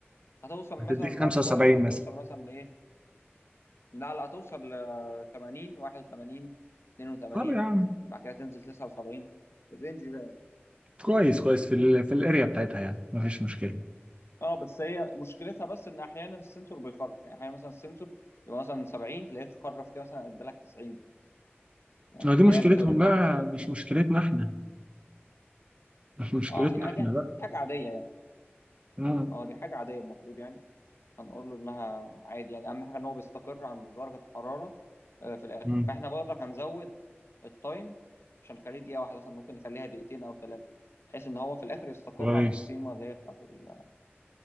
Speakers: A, on the left; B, on the right.
A: هتوصل مثلا
B: هتديك
A: بعد
B: 75
A: شويه مثلا
B: مثلا
A: توصل مثلا ايه لا لا هتوصل ل 80 81 82
B: طب يا عم
A: بعد كده تنزل 79 الرينج ده
B: كويس كويس في ال في الاريا بتاعتها يعني مفيش مشكله
A: اه بس هي مشكلتها بس ان احيانا السنسور بيخرف يعني احيانا مثلا السنسور يبقى مثلا 70 تلاقيه خرف كده مثلا ادالك 90 يعني
B: ما
A: احيانا
B: دي مشكلتهم
A: كده بيخرف
B: بقى
A: كده
B: مش مشكلتنا احنا مش مشكلتنا
A: اه يعني
B: احنا
A: دي
B: بقى
A: حاجه عاديه يعني
B: امم
A: اه دي حاجه عاديه المفروض يعني هنقول له انها عادي يعني اهم حاجه ان هو بيستقر عند درجه الحراره آه في الاخر
B: امم
A: فاحنا برضك هنزود التايم مش هنخليه دقيقه واحده مثلا ممكن نخليها دقيقتين او ثلاثه بحيث ان هو في الاخر يستقر
B: كويس
A: عند القيمه اللي هي بتاعت ال...